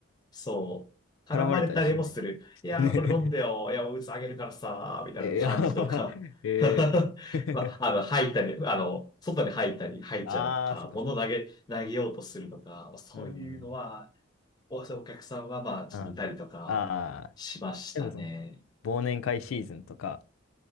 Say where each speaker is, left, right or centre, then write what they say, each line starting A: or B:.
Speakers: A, on the left (about 20°); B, on the left (about 80°).
A: そう、絡まれたりもする。
B: 絡まれたりしない。
A: いやー、
B: ね
A: これ飲んでよ。いや、おうつあげるからさー、みたいな感じとか。
B: えー、あー <laughs> えー
A: <laughs>
B: <laughs>
A: まあ、あの、吐いたり、あの、外に吐いたり、吐いちゃうとか、
B: ああそっかそっか。
A: 物投げ、投げようとするとか、まあそういうのは、
B: うんうん
A: お、お客さんは、まあ、ちょっといたりとか、
B: うん。ああ
A: しましたね。
B: ー、でもその、忘年会シーズンとか、